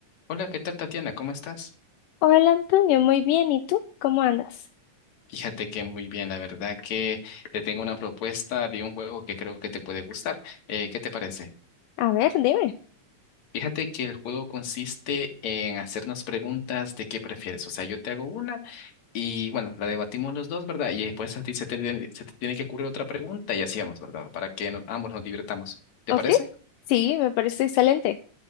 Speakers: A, on the left; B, on the left.
A: Hola, ¿qué tal, Tatiana? ¿Cómo estás?
B: Hola Antonio, muy bien. ¿Y tú? ¿Cómo andas?
A: Fíjate que muy bien, la verdad que te tengo una propuesta de un juego que creo que te puede gustar. Eh, ¿qué te parece?
B: A ver, dime.
A: Fíjate que el juego consiste en hacernos preguntas de qué prefieres. O sea, yo te hago una y bueno, la debatimos los dos, ¿verdad? Y después a ti se te, tiene- se te tiene que ocurrir otra pregunta y así vamos, ¿verdad? Para que nos- ambos nos divirtamos. ¿Te
B: ¿Ok?
A: parece?
B: Sí, me parece excelente.